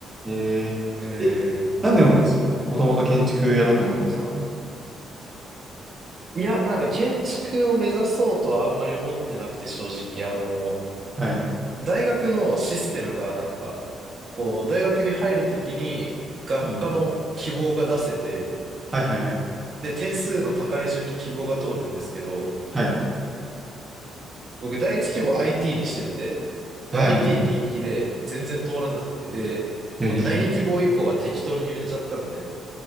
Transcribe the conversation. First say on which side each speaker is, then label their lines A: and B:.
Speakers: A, on the right (about 20°); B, on the right (about 50°).
A: へええ、
B: うーん、そうなんですよね。
A: なんでも、もともと建築やろうと思ったんですか
B: いや、なんか建築を目指そうとはあんまり思ってなくて、正直、あの、
A: はい。
B: 大学のシステムがなんか、こう、大学に入るときに学科の希望が出せて、
A: うんはいはいはい。
B: で、点数の高い順に希望が通るんですけど、
A: はい。
B: 僕第一希望 IT にしてて、で、
A: はいはい。
B: IT 人気で全然通らなくて、で、
A: でにうん
B: もう第二希望以降は適当に決めちゃったんで、